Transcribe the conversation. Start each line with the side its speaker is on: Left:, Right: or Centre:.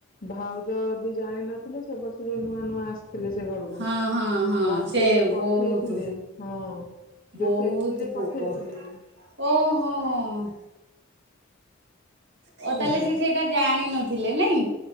Left: ଭାଉ ଯ ବି ଜାଣିିନଥିଲେ, ସେ ବର୍ଷ ଯୋଉ ନୂଆ ନୂଆ ଆସି ସିଥିଲେ ସେ ଘରକୁ।
Right: ହଁ ହଁ ହଁ
Left: ମତେ
Right: ସେ
Left: ବି ପଠେଇଥିଲେ
Right: ବହୁତ
Left: ହଁ।
Right: ବହୁତ
Left: ଯୋଉ ପେଟିରେ
Right: ପୋକ
Left: ପଠେଇଥିଲେ
Right: ଓହୋ। ଓ
Left: ହେଲା
Right: ତାହେଲେ ସେ ସେଇଟା ଜାଣିନଥିଲେ ନାଇଁ।